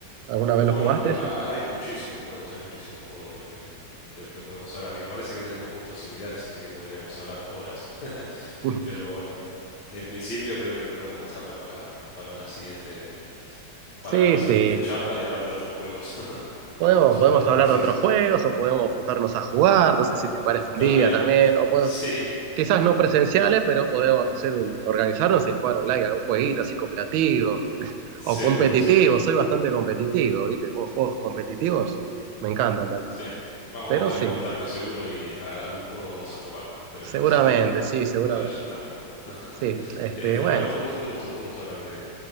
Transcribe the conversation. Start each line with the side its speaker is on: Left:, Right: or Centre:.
Right: ¿Alguna
Left: Uh,
Right: vez lo
Left: bueno,
Right: jugaste
Left: pero
Right: ese?
Left: hay, hay- hay muchísimos juegos, hay muchísimos juegos de los que, de los que podemos hablar. Y me parece que tenemos gustos similares, así que podríamos hablar horas. <laughs>
Right: <laughs>
Left: Pero bueno, en principio creo que podemos dejarlo para, para una siguiente, para
Right: Sí,
Left: una
Right: sí.
Left: siguiente charla y hablar de otros juegos. <laughs>
Right: Podemos,
Left: Porque somos
Right: podemos
Left: los dos
Right: hablar
Left: viciosos.
Right: de otros juegos o podemos juntarnos a jugar, no sé si te parece un
Left: También.
Right: día también,
Left: <laughs>
Right: o podemos,
Left: Sí,
Right: quizás no presenciales, pero podemos hacer un, organizarnos y jugar online, algún jueguito así cooperativo
Left: Seguro,
Right: o competitivo.
Left: seguro.
Right: Soy bastante competitivo, ¿viste? Con juegos competitivos me encantan también.
Left: Sí. Vamos,
Right: Pero
Left: vamos a estar
Right: sí,
Left: en contacto seguro y a- algún juego vamos a jugar. Pero
Right: seguramente,
Left: en principio
Right: sí, seguramente.
Left: ya, ya estamos. <laughs>
Right: Sí, este,
Left: Este,
Right: bueno,
Left: bueno, fue un, fue un gusto, fue un gusto hablar de,